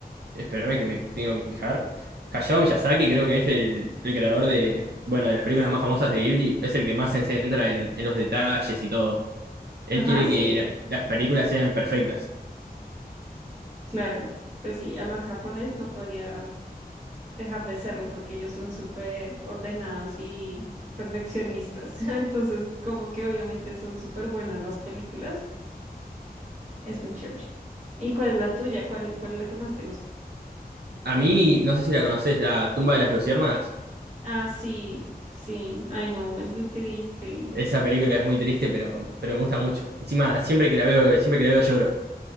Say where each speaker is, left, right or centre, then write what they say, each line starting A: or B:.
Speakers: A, on the right; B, on the right.
A: espérame que me tengo que fijar. Hayao Miyazaki creo que es el, el creador de, bueno, de las películas más famosas de Ghibli, es el que más se centra en, en los detalles y todo. Él
B: Ajá,
A: quiere
B: sí,
A: que las, las películas sean perfectas.
B: claro, pues sí, además japonés no podría dejar de serlo porque ellos son súper ordenados y perfeccionistas, <laughs> entonces como que obviamente son súper buenas las películas, es muy chévere. ¿Y cuál es la tuya? ¿Cuál, cuál es la que más te gusta?
A: A mí, no sé si la conoces, La tumba de las luciérnagas.
B: Ah, sí, sí, ay no, es muy triste.
A: Esa película es muy triste, pero, pero me gusta mucho. Encima, siempre que la veo, siempre que la veo lloro.